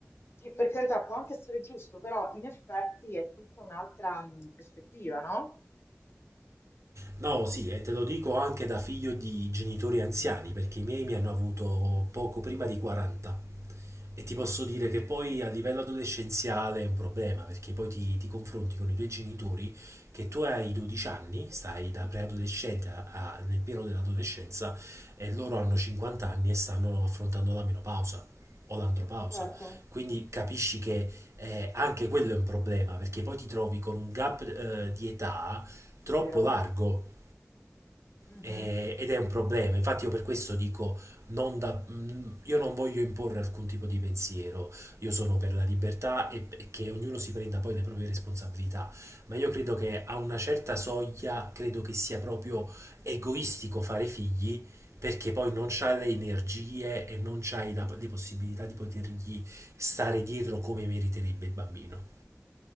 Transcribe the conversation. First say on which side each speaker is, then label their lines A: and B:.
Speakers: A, on the left; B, on the right.
A: Che per carità può anche essere giusto, però in effetti è tutta un'altra mm, prospettiva, no?
B: No, sì, e te lo dico anche da figlio di genitori anziani, perché i miei mi hanno avuto poco prima di 40. E ti posso dire che poi a livello adolescenziale è un problema, perché poi ti, ti confronti con i tuoi genitori che tu hai 12 anni, stai da preadolescente a- a- nel pieno dell'adolescenza e loro hanno 50 anni e stanno affrontando la menopausa o l'andropausa.
A: Certo,
B: Quindi capisci che eh, anche quello è un problema, perché poi ti trovi con un gap eh, di età troppo
A: vero?
B: largo
A: Mhm.
B: eh, ed è un problema. Infatti, io per questo dico: non da- mm, io non voglio imporre alcun tipo di pensiero. Io sono per la libertà e e che ognuno si prenda poi le proprie responsabilità. Ma io credo che a una certa soglia, credo che sia proprio egoistico fare figli. Perché poi non c'hai le energie e non c'hai la- le possibilità di potergli stare dietro come meriterebbe il bambino.